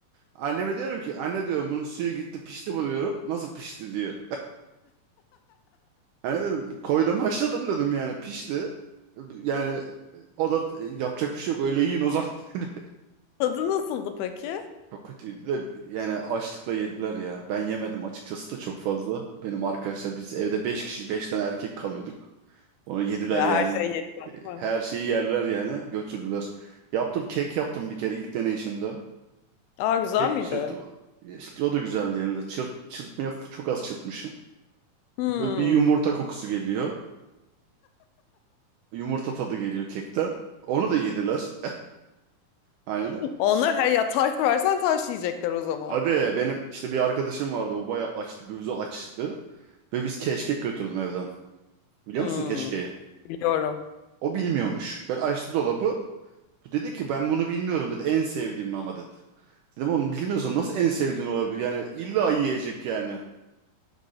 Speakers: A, on the right; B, on the left.
A: Anneme diyorum ki anne diyorum bunun suyu gitti pişti bu diyorum. Nasıl pişti diyor. Hani dedim koydum haşladım dedim yani pişti. Yani o da e, yapacak bir şey yok öyle yiyin o zaman <laughs> dedi.
B: Tadı nasıldı peki?
A: Çok kötüydü de yani açlıkla yediler ya. Ben yemedim açıkçası da çok fazla. Benim arkadaşlar biz evde 5 kişi 5 tane erkek kalıyorduk. Onu yediler
B: Ya
A: yani.
B: Her şey yeniyor.
A: Her şeyi yerler yani götürdüler. Yaptım kek yaptım bir kere ilk deneyişimde.
B: Aa güzel
A: Kek
B: miydi?
A: çırptım. İşte o da güzel değildi. Çırp, çırpmaya f- çok az çırpmışım.
B: Hmm.
A: Böyle bir yumurta kokusu geliyor. Yumurta tadı geliyor kekten. Onu da yediler. Hani
B: Onlar
A: s-
B: her ya taş versen taş yiyecekler o zaman.
A: tabii benim işte bir arkadaşım vardı. O bayağı açtı, gözü açtı. Ve biz keşkek götürdüm evden. Biliyor
B: Hmm.
A: musun keşkeği?
B: Biliyorum.
A: O bilmiyormuş. Ben açtı dolabı. Bu dedi ki ben bunu bilmiyorum dedi. En sevdiğim ama dedi. Dedim oğlum bilmiyorsan nasıl en sevdiğin olabilir? Yani illa yiyecek yani.